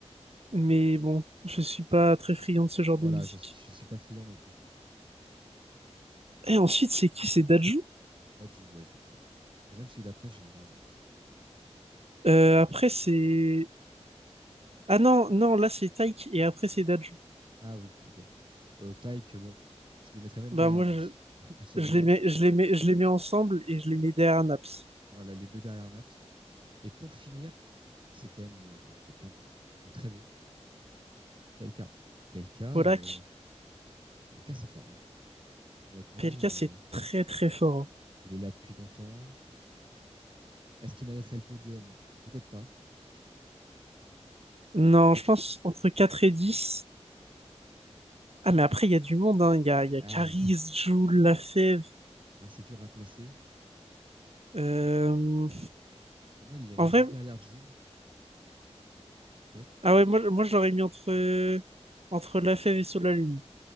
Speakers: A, on the right; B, on the right.
A: Mais bon, je suis pas très friand de ce genre
B: voilà,
A: de musique.
B: je, suis- je suis pas friand non plus.
A: Et ensuite, c'est qui? C'est Dadju?
B: Là, je ouais, je crois. Et même celui d'après, j'ai j'ai un doute aussi.
A: Euh, après, c'est... Ah non, non, là, c'est Taïk, et après, c'est Dadju.
B: Ah oui, ok. Euh, Tyke, bon, je le mettrais même
A: Bah,
B: derrière
A: moi,
B: Naps,
A: je,
B: <laughs> personnellement.
A: je les mets, je les mets, je les mets ensemble, et je les mets derrière Naps.
B: Voilà, les deux derrière Naps. Et pour finir, c'est quand même euh, quelqu'un de, de très bon. P L K. P L K, PLK. PLK,
A: Polak,
B: euh, P L K, c'est fort. hein. Honnêtement,
A: PLK,
B: euh,
A: c'est très, très fort. hein.
B: il est là depuis longtemps. Est-ce qu'il mériterait le podium? Peut-être pas.
A: Non, je pense entre quatre et dix Ah, mais après, il y a du monde, hein. Il y a, il y a
B: Aïe,
A: Caris,
B: aïe.
A: Jul, Lafèvre.
B: Ah, c'est dur à placer.
A: Euh...
B: Pour moi, il irait
A: En
B: juste
A: vrai,
B: derrière Jules, peut-être.
A: ah ouais, moi, moi, je l'aurais mis entre, entre Lafèvre et Solalune.